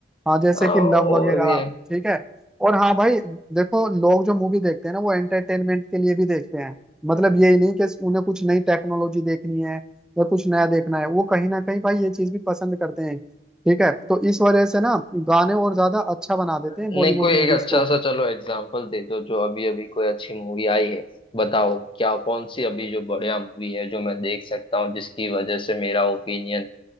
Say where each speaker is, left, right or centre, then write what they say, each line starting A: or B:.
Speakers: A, in the centre; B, on the left.
A: हाँ जैसे
B: आओ
A: कि लव वगैरह
B: अभी
A: ठीक है और हाँ भाई देखो लोग जो मूवी देखते हैं ना वो एंटरटेनमेंट के लिए भी देखते हैं मतलब यही नहीं कि उन्हें कुछ नई टेक्नोलॉजी देखनी है या कुछ नया देखना है वो कहीं ना कहीं भाई ये चीज भी पसंद करते हैं ठीक है तो इस वजह से ना गाने और ज्यादा अच्छा बना देते
B: नहीं
A: हैं बॉलीवुड
B: कोई
A: मूवीज
B: एक अच्छा
A: को
B: सा चलो एग्जाम्पल दे दो जो अभी अभी कोई अच्छी मूवी आई है बताओ क्या कौन सी अभी जो बढ़िया मूवी है जो मैं देख सकता हूँ जिसकी वजह से मेरा ओपिनियन